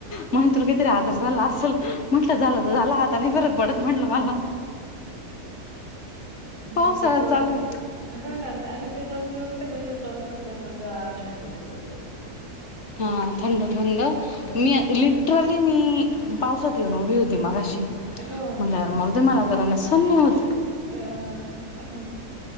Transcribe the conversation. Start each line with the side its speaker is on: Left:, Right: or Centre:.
Left: म्हणे
Right: हम्म.
Left: तुला काहीतरी आजार झाला असल म्हंटलं झालं तर झाला. फरक पडत म्हणलं मला पावसाळा
Right: म्हणजे पाऊस
Left: चालू ये.
Right: हो ना आणि ते दोन दिवस सगळी कड पाऊस असल्यामुळे गार झाल सगळीकडे.
Left: हा थंड थंड
Right: हम्म.
Left: मी ली टरली मी पावसात येऊन उभी होती मगाशी.
Right: हो.
Left: म्हटलं यार मरू मला गरामचस सहन नाही होत.
Right: <inaudible>